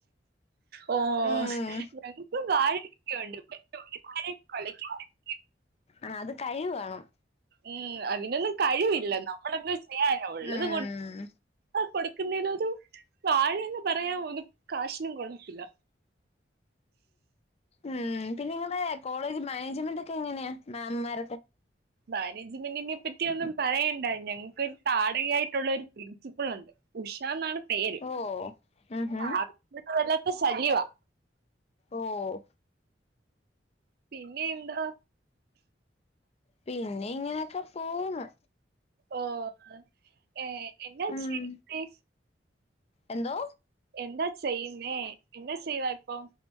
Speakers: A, on the right; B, on the left.
A: ഓ
B: ഉം
A: ഞങ്ങക്കും വാഴ ഒക്കെയുണ്ട്, പക്ഷേ ഒരു കുലയും കുലയ്ക്കുന്നില്ല.
B: ആ അത് കഴിവ് വേണം.
A: ഏഹ് അതിനൊന്നും കഴിവില്ല നമ്മളെന്ത് സെയ്യാന ഉള്ളത്
B: ഉം
A: കൊട് ആ കൊടുക്കുന്നലേതും വാഴേന്ന് പറയാവോ ഒന്ന് കാശിനും കൊള്ളത്തില്ല.
B: എഹ് പിന്നെങ്ങടെ കോളേജ് മാനേജ്മെൻ്റൊക്കെ എങ്ങനെയാ മേ മത്
A: മാനേജ്മെന്റിനെ പറ്റി ഒന്നും പറയണ്ട ഞങ്ങ് ര് താടകയായിട്ടുള്ള ഒരു പ്രിൻസിപ്പിൾ ഉണ്ട് ഉഷ എന്നാണ് പേ
B: ഓഹ് അ ആഹ്
A: അ <inaudible> വല്ലാത്തെ ശല്ല്യൊവാ.
B: ഓഹ്
A: പിന്നെയെന്താ?
B: പിന്നെ ഇങ്ങനെയൊക്കെ പോവ്ന്ന്.
A: ഓഹ് ഏഹ് എന്നാ
B: ഉം
A: ചെയ്യുന്നേ?
B: എന്തോ
A: എന്താ ചെയ്യുന്നേ എന്താ ചെയ്യുവാ ഇപ്പൊ?